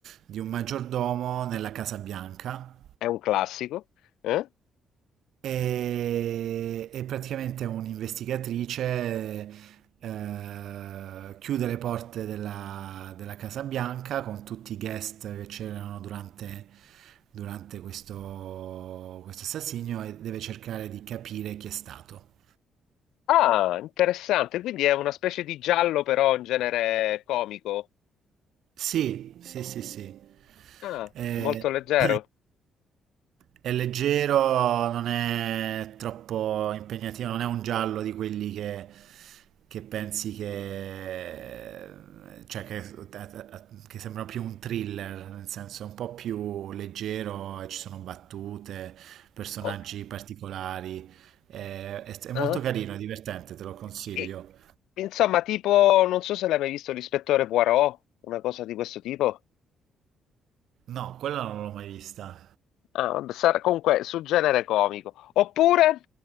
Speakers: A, on the right; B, on the left.
A: di un maggiordomo nella Casa Bianca
B: è un classico. eh?
A: e, e praticamente è un'investigatrice eh, chiude le porte della, della Casa Bianca con tutti i guest che c'erano durante, durante questo, questo assassinio e deve cercare di capire chi è stato.
B: Ah, interessante, quindi è una specie di giallo però in genere comico.
A: Sì, sì, sì, sì.
B: Ah,
A: Eh,
B: molto leggero.
A: <clears throat> È leggero, non è troppo impegnativo, non è un giallo di quelli che, che pensi che, cioè che, che sembra più un thriller, nel senso è un po' più leggero e ci sono battute, personaggi
B: Ok.
A: particolari. È, è- è
B: Ah.
A: molto carino, è divertente, te lo consiglio.
B: E- insomma, tipo, non so se l'hai mai visto l'ispettore Poirot, una cosa di questo tipo.
A: No, quella non l'ho mai vista.
B: Ah, vabbè, sarà comunque sul genere comico. Oppure